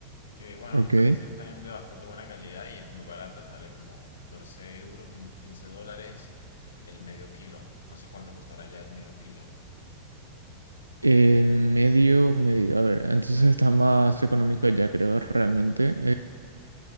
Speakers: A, on the left (about 65°); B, on the right (about 85°).
A: que bueno,
B: Ok.
A: a mi parecer es también de bastante buena calidad y es muy barata, sale como 14 euros, unos 15 dólares el medio kilo. No sé cuánto costará ya el medio kilo.
B: En medio, medio, a ver, entonces está más económico ya creo realmente.